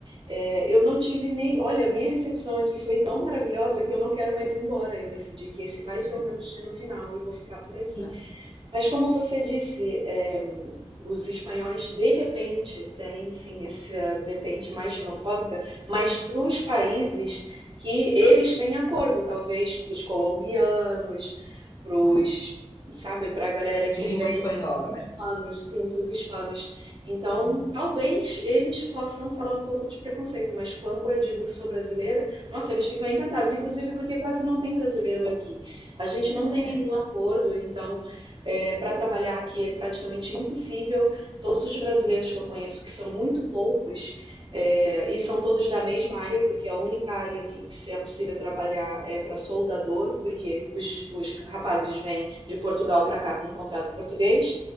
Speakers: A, on the right (about 50°); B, on the left (about 30°).
A: é, eu não tive nem. Olha, a minha recepção aqui foi tão maravilhosa que eu não quero mais ir embora. Eu decidi que esse
B: Se
A: vai ser o meu destino final e vou ficar por aqui.
B: Ah,
A: Mas como você disse, é, os espanhóis de repente têm sim essa vertente mais xenofóbica, mas para os países que eles têm acordo, talvez para os colombianos, para os,
B: uhum.
A: sabe, para a galera
B: De
A: que vem,
B: língua espanhola,
A: hispanos,
B: né?
A: sim, para os hispanos. Então,
B: Uhum.
A: talvez eles possam falar um pouco de preconceito, mas quando eu digo que sou brasileira, nossa, eles ficam encantados, inclusive porque quase não tem brasileiro aqui. A gente não
B: Olha.
A: tem nenhum acordo, então é, para trabalhar aqui é praticamente impossível. Todos os brasileiros que eu conheço, que são muito poucos, é, e são todos da mesma área, porque a única área aqui que se é possível trabalhar é para soldador, porque os, os rapazes vêm de Portugal para cá com um contrato português,